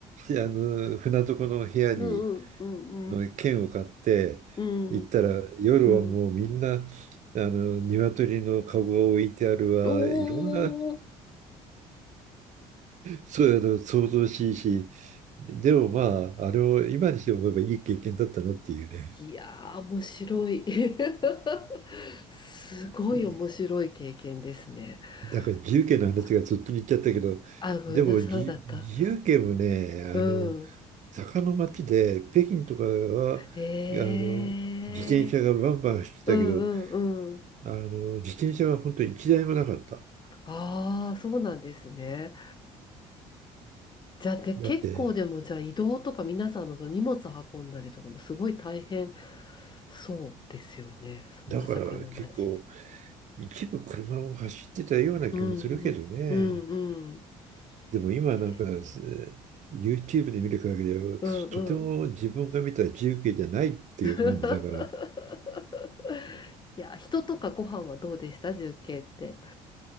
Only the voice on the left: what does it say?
うんうんうん
うんうん。
うん
お
お、
いやー、面白い。<laughs> すごい面白い経験ですね。
国はあ、ごめんなさい、
そうだった。
うん。
え
えうんうんうん。
ああ、そうなんですね。じゃあ、で、結構でも、
じゃあ移動とか皆さんのその荷物運んだりとかもすごい大変そうですよね。そんな坂の町で。
うんうん。うんうん。
へー
うんうん。<laughs> いや、人とかご飯はどうでした重慶って。